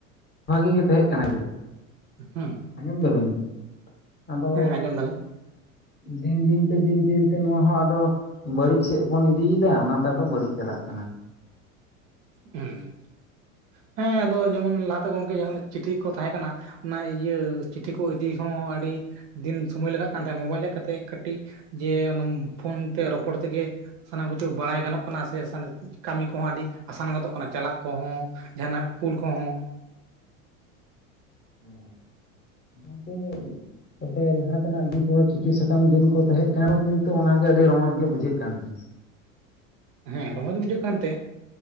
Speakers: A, on the left; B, on the right.
A: ᱵᱷᱟᱜᱤ ᱜᱤ ᱛᱟᱦᱮᱸᱜ ᱠᱟᱱᱟᱭ
B: ᱦᱩᱸ
A: ᱟᱸᱡᱚᱢ ᱫᱟᱵᱤᱱ ᱟᱫᱚ
B: ᱟᱸᱡᱚᱢ ᱫᱟᱞᱤᱧ
A: ᱫᱤᱱ ᱫᱤᱱ ᱛᱮ ᱫᱤᱱ ᱫᱤᱱ ᱛᱮ ᱱᱚᱣᱟ ᱦᱚᱸ ᱟᱫᱚ ᱵᱟᱹᱲᱤᱡ ᱥᱮᱫ ᱵᱚᱱ ᱤᱫᱤᱭᱮᱫᱟ ᱚᱱᱟ ᱛᱮ ᱟᱫᱚ ᱵᱟᱹᱲᱤᱡ ᱪᱟᱞᱟᱜ ᱠᱟᱱᱟ
B: ᱦᱩᱸ ᱦᱮᱸ ᱟᱫᱚ ᱡᱮᱢᱚᱱ ᱞᱟᱦᱟ ᱛᱮ ᱜᱚᱝᱠᱮ ᱪᱤᱴᱷᱤ ᱠᱚ ᱛᱟᱦᱮᱸ ᱠᱟᱱᱟ ᱚᱱᱟ ᱤᱭᱟᱹ ᱪᱤᱴᱷᱤ ᱠᱩ ᱤᱫᱤ ᱦᱚᱸ ᱟᱹᱰᱤ ᱫᱤᱱ ᱥᱩᱢᱟᱹᱭ ᱞᱟᱜᱟᱜ ᱠᱟᱱ ᱛᱟᱦᱮᱸ ᱢᱳᱵᱟᱭᱤᱞ ᱦᱮᱡ ᱠᱟᱛᱮᱜ ᱠᱟᱹᱴᱤᱡ ᱡᱮ ᱱᱚᱢ ᱯᱷᱚᱱ ᱛᱮ ᱨᱚᱯᱚᱲ ᱛᱮᱜᱮ ᱥᱟᱱᱟᱢ ᱠᱤᱪᱷᱩ ᱵᱟᱲᱟᱭ ᱜᱟᱱᱚᱜ ᱠᱟᱱᱟ ᱥᱮ ᱠᱟᱹᱢᱤ ᱠᱚᱦᱚᱸ ᱟᱹᱰᱤ ᱟᱥᱟᱱ ᱜᱚᱫᱚᱜ ᱠᱟᱱᱟ ᱪᱟᱞᱟᱜ ᱠᱚᱦᱚᱸ ᱡᱟᱦᱟᱱᱟᱜ ᱠᱩᱞ ᱠᱚᱦᱚᱸ
A: ᱦᱮᱸ <inaudible> ᱜᱚᱢᱠᱮ ᱛᱚᱵᱮ ᱞᱟᱦᱟ ᱛᱮᱱᱟᱜ ᱫᱤᱱ ᱠᱚᱦᱚ ᱪᱤᱴᱷᱤ ᱥᱟᱠᱟᱢ ᱫᱤᱱ ᱠᱚ ᱛᱟᱦᱮᱸ ᱠᱟᱱᱟ ᱠᱤᱱᱛᱩ ᱚᱱᱟᱜᱮ ᱟᱹᱰᱤ ᱨᱚᱢᱚᱚᱡ ᱜᱮ ᱵᱩᱡᱷᱟᱹᱜ ᱠᱟᱱ ᱛᱟᱦᱮᱱ
B: ᱦᱮᱸ ᱨᱚᱢᱚᱡᱽ ᱵᱩᱡᱷᱟᱹᱜ ᱠᱟᱱᱛᱮ